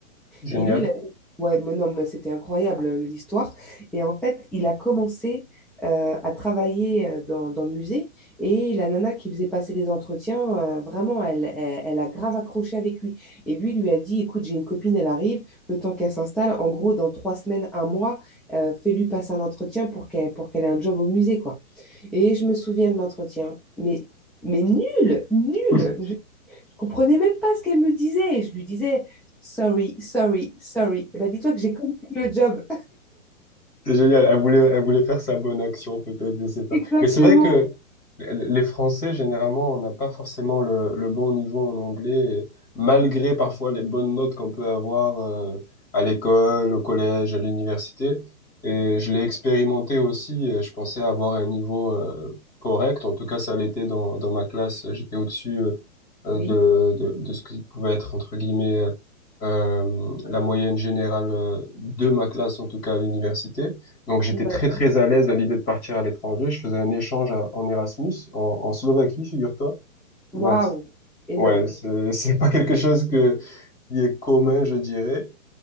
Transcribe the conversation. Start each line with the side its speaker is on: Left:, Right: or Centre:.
Left: Génial.
Centre: Et lui, il avait... ouais, mais non, mais c'était incroyable euh, l'histoire. Et en fait, il a commencé euh, à travailler euh, dans, dans le musée. Et la nana qui faisait passer les entretiens, euh, vraiment, elle, elle, elle a grave accroché avec lui. Et lui lui a dit, écoute, j'ai une copine, elle arrive, le temps qu'elle s'installe, en gros, dans trois semaines, un mois, euh, fais-lui passer un entretien pour qu'elle pour qu'elle ait un job au musée, quoi. Et je me souviens de l'entretien, mais, mais nul, nul
Left: <laughs>
Centre: comprenais même pas ce qu'elle me disait. Et je lui disais, sorry, sorry, sorry. Eh ben, dis-toi que j'ai compris le job.
Left: C'est génial. Elle voulait, elle voulait faire sa bonne action, peut-être, je
Centre: <laughs>
Left: sais pas.
Centre: Exactement.
Left: Mais c'est vrai que les Français, généralement, on n'a pas forcément le, le bon niveau en anglais, et malgré parfois les bonnes notes qu'on peut avoir euh, à l'école, au collège, à l'université. Et je l'ai expérimenté aussi. et Je pensais avoir un niveau euh, correct. En tout cas, ça l'était dans, dans ma classe. J'étais au-dessus euh, euh,
Centre: Oui,
Left: de, de, de ce qui pouvait être, entre guillemets, euh, euh, la moyenne générale euh, de ma classe, en tout cas à l'université. Donc j'étais
Centre: d'accord.
Left: très très à l'aise à l'idée de partir à l'étranger. Je faisais un échange à- en Erasmus, en, en Slovaquie, figure-toi. Donc
Centre: Waouh, énorme.
Left: ouais, c'est <laughs> c'est pas quelque chose que, qui est commun, je dirais.